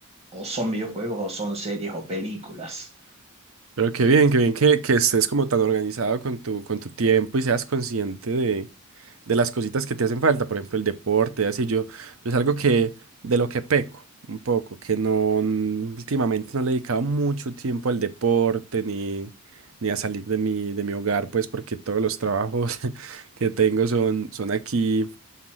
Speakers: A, on the right; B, on the right.
A: o son videojuegos o son series o películas.
B: Pero qué bien, qué bien que, que estés como tan organizado con tu, con tu tiempo y seas consciente de, de las cositas que te hacen falta, por ejemplo, el deporte, así yo, yo es algo que, de lo que peco un poco, que no, mm, últimamente no le he dedicado mucho tiempo al deporte ni, ni a salir de mi, de mi hogar, pues porque todos los trabajos <laughs> que tengo son, son aquí.